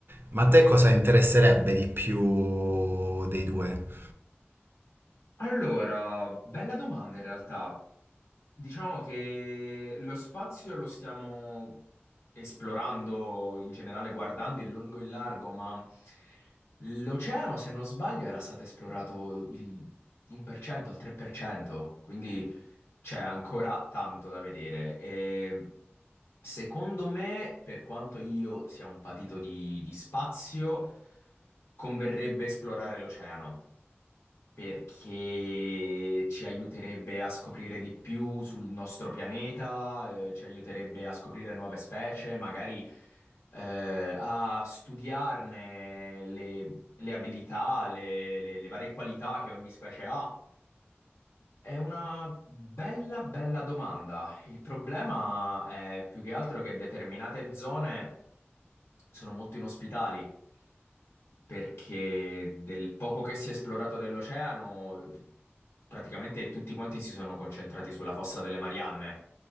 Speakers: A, on the right; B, on the left.
A: Ma a te cosa interesserebbe di più dei due?
B: Allora, bella domanda in realtà. Diciamo che lo spazio lo stiamo esplorando in generale, guardando in lungo e in largo, ma l'oceano, se non sbaglio, era stato esplorato il 1%, il 3%, quindi c'è ancora tanto da vedere. E secondo me, per quanto io sia un patito di di spazio, Converrebbe esplorare l'oceano perché ci aiuterebbe a scoprire di più sul nostro pianeta, eh, ci aiuterebbe a scoprire nuove specie, magari eh, a studiarne le, le abilità, le le- le varie qualità che ogni specie ha è una bella, bella domanda. Il problema è più che altro che determinate zone sono molto inospitali, perché del poco che si è esplorato dell'oceano, praticamente tutti quanti si sono concentrati sulla fossa delle Marianne,